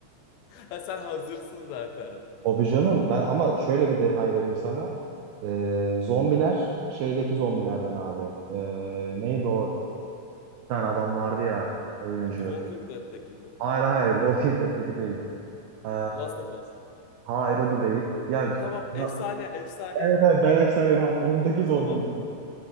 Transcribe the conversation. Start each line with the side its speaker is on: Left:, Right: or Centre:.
Left: Ha, sen hazırsın zaten.
Right: Abi canım ben ama şöyle bir detay vereyim sana. E, zombiler şeydeki zombilerden abi. E, neydi o? Bir tane adam vardı ya oyuncu.
Left: The Walking Dead'deki mi?
Right: Hayır hayır Walking Dead'teki değil. Ee,
Left: The Last of Us.
Right: hayır o da değil. Ya
Left: Tamam,
Right: Na-
Left: efsane, efsane.
Right: Evet evet ben hep sarıyorum ha. Ondaki zombilerden.
Left: Tamam.